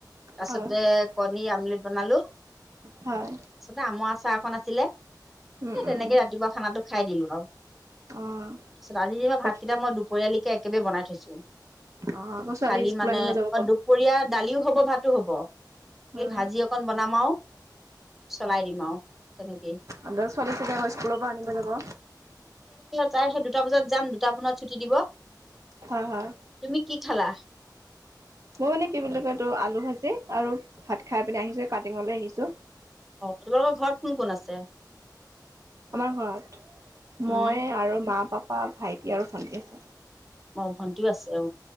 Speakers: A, in the centre; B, on the right.
A: তাৰপাছতে
B: হয়,
A: কণী, আমলেট বনালো
B: হয়,
A: তাৰপিছতে আমৰ আচাৰ আছিলে,
B: উম,
A: সেই তেনেকে
B: উম, উম,
A: ৰাতিপুৱা খানাটো খাই দিলো আৰু
B: অ',
A: তিছত আজি দিনৰ ভাতকেইটা
B: তাকে,
A: মই দুপৰিয়ালিকে একেবে বনাই থৈছো।
B: অ', আকৌ ছোৱালী
A: চালি
B: স্কুল
A: মানে
B: আনিব
A: অ'
B: যাব বাৰু।
A: দুপৰীয়া দালিও হ'ব ভাতো হ'ব, সি
B: অ',
A: ভাজি অকন বনাম আৰু চলাই দিম আৰু তেনেকে।
B: আপোনাৰ ছোৱালী ছাগে আকৌ স্কুলৰ পৰা আনিব যাব।
A: চাই সেই দুটা বজাত যাম, দুটা পোনত ছুটি দিব।
B: হয়-হয়
A: তুমি কি খালা?
B: মই মানে কি বুলি কয়, এইটো আলু ভাজি আৰু ভাত খাই পিনে আহিছো, কাটিঙলৈ আহিছো।
A: অ' তোমালোকৰ ঘৰত কোন-কোন আছে।
B: আমাৰ ঘৰত
A: উম,
B: মই আৰু মা, পাপা ভাইটি আৰু ভণ্টি আছে।
A: মই ভণ্টিও আছে, অ'